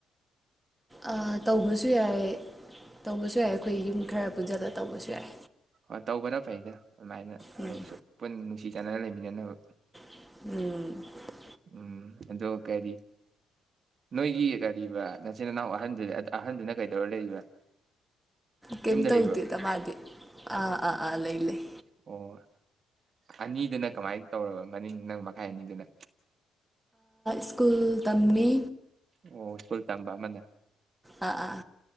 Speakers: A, in the centre; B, on the right (about 40°).
A: ꯑ ꯇꯧꯕꯁꯨ ꯌꯥꯏꯌꯦ ꯇꯧꯕꯁꯨ ꯌꯥꯏ ꯑꯩꯈꯣꯏ ꯌꯨꯝ ꯈꯔ ꯄꯨꯟꯖꯜꯂꯒ ꯇꯧꯕꯁꯨ ꯌꯥꯏ
B: ꯑ ꯇꯧꯕꯅ ꯐꯩꯗ ꯑꯗꯨꯃꯥꯏꯅ ꯈꯔ
A: ꯎꯝ
B: ꯈꯁꯨ ꯄꯨꯟꯅ ꯅꯨꯡꯁꯤ ꯆꯥꯟꯅ ꯂꯩꯃꯤꯅꯅꯕ
A: ꯎꯝ
B: ꯎꯝ ꯑꯗꯣ ꯀꯔꯤ ꯅꯣꯏꯒꯤ ꯀꯔꯤꯕ ꯅꯆꯤꯟ ꯅꯅꯥꯎ ꯑꯍꯟꯗꯨ ꯑꯍꯟꯗꯨꯅ ꯀꯩꯗꯧꯔ ꯂꯩꯔꯤꯕ
A: ꯀꯦꯝ
B: ꯌꯨꯝꯗ
A: ꯇꯧꯗꯤ
B: ꯂꯩꯕ꯭ꯔꯣ
A: ꯇ ꯃꯥꯗꯤ ꯑꯥ ꯑꯥ ꯑꯥ ꯂꯩ ꯂꯩ
B: ꯑꯣ ꯑꯅꯤꯗꯨꯅ ꯀꯃꯥꯏꯅ ꯇꯧꯔꯕ ꯃꯅꯤꯡ ꯅꯪ ꯃꯈꯥꯏ ꯑꯅꯤꯗꯨꯅ
A: ꯁ꯭ꯀꯨꯜ ꯇꯝꯃꯤ
B: ꯑꯣ ꯁꯨꯜꯇꯥꯥꯟꯕꯥ ꯑꯃꯅ
A: ꯑꯥ ꯑꯥ